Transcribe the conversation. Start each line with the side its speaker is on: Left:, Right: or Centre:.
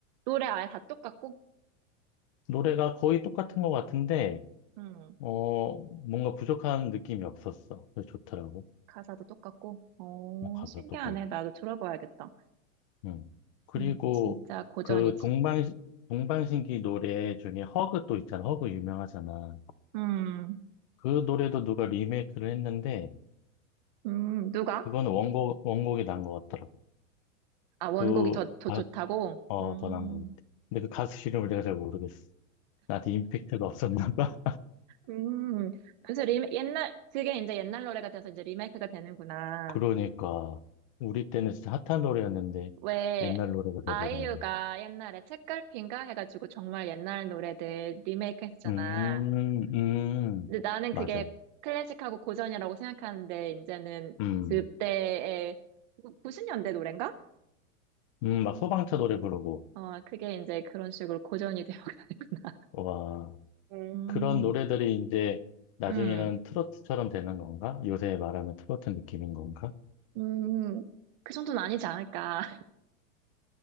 Right: 노래 아예 다 똑같고?
Left: 노래가 거의 똑같은 것 같은데,
Right: 음,
Left: 어, 뭔가 부족한 느낌이 없었어. 그래서 좋더라고.
Right: 가사도 똑같고? 오,
Left: 어, 가사도
Right: 신기하네.
Left: 그렇고.
Right: 나도 들어봐야겠다.
Left: 음. 그리고
Right: 음, 진짜 고전이지.
Left: 그 동방, 동방신기 노래 중에 허그 또 있잖아. 허그 유명하잖아.
Right: 음,
Left: 그 노래도 누가 리메이크를 했는데,
Right: 음, 누가?
Left: 그거는 원곡, 원곡이 난 것 같더라고.
Right: 아, 원곡이
Left: 그,
Right: 더, 더
Left: 아,
Right: 좋다고?
Left: 어,
Right: 음,
Left: 더 난 것 같아. 근데 그 가수 이름을 내가 잘 모르겠어. 나한테 임팩트가 없었나 봐.
Right: 음. 그래서 리, 옛날, 그게 이제 옛날 노래가 돼서 이제 리메이크가 되는구나.
Left: <laughs> 그러니까 우리 때는 진짜 핫한 노래였는데
Right: 왜,
Left: 옛날 노래가
Right: 아이유가
Left: 돼버렸네.
Right: 옛날에 책갈피인가 해가지고 정말 옛날 노래들 리메이크 했었잖아.
Left: 음, 음,
Right: 근데 나는
Left: 맞아.
Right: 그게 클래식하고 고전이라고 생각하는데, 이제는
Left: 음,
Right: 그때의 90년대 노래인가?
Left: 음, 막 소방차 노래 부르고
Right: 어, 그게 이제 그런 식으로 고전이 되어가는구나.
Left: 와
Right: 음,
Left: 그런 노래들이 이제 나중에는
Right: 음,
Left: 트로트처럼 되는 건가? 요새 말하면 트로트 느낌인 건가?
Right: 음, 그 정도는 아니지 않을까.